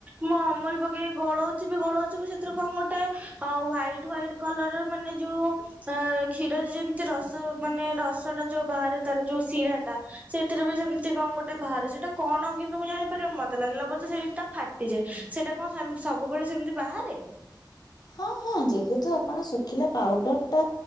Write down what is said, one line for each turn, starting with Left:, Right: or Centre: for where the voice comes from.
Right: ମୁଁ ଅମୁଲ ପକେଇକି ଗୋଳଉ ଯଦିବି ଗୋଳଉଥୁବୁ ସେଥିରୁ କଣ ଗୋଟେ ହ୍ୱାଇଟ ହ୍ୱାଇଟ କଲର ମାନେ ଯୋଉ ଅ କ୍ଷୀରରେ ଯେମିତି ରସ ମାନେ ରସଟା ଯୋଉ ବାହାରେ ତାର ଯୋଉ ଶିରା ସେଥିରେ ବି ସେମିତି କଣ ଗୋଟେ ବାହାରେ ସେଇଟା କଣ କିନ୍ତୁ ମୁଁ ଜାଣିପାରିବି ମତେ ଲାଗିଲା ମୋତେ ସେଇଟା। ଫାଟିଯାଏ, ସେଟା କଣ ସ ସବୁବେଳେ ସେମିତି ବାହାରେ?
Left: ହଁ ହଁ ଯେହେତୁ ଆପଣ ଶୁଖିଲା ପାଉଡର ଟା